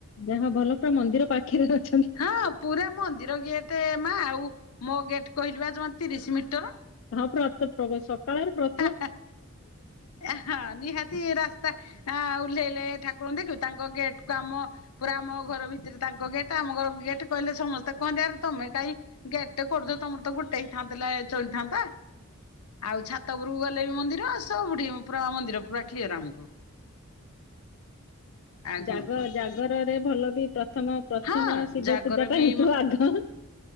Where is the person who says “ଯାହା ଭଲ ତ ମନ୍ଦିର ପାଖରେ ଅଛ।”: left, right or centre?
Left